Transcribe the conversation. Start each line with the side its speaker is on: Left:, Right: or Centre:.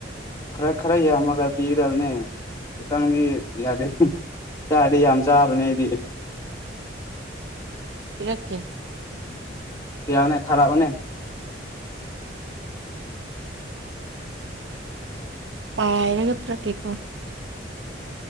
Left: ꯈꯔ ꯈꯔ ꯌꯥꯝꯃꯒ ꯄꯤꯒꯗꯕꯅꯦ ꯈꯤꯇꯪꯗꯤ ꯌꯥꯗꯦ ꯆꯥꯗꯤ ꯌꯥꯝ ꯆꯥꯕꯅꯦ ꯑꯩꯗꯤ
Right: ꯄꯤꯔꯛꯀꯦ
Left: ꯄꯤꯔꯅ ꯊꯔꯛ ꯑꯣꯅ
Right: ꯄꯥꯏꯔꯒ ꯄꯨꯔꯛ ꯀꯦꯈꯣ